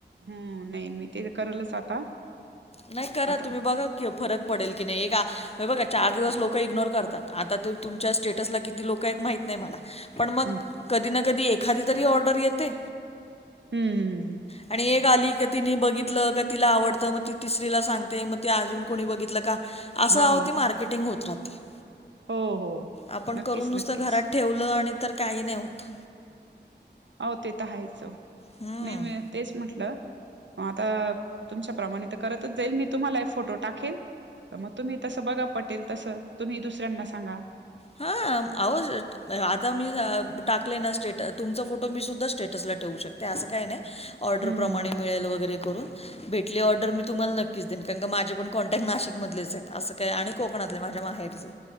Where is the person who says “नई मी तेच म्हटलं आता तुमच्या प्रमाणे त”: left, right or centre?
Right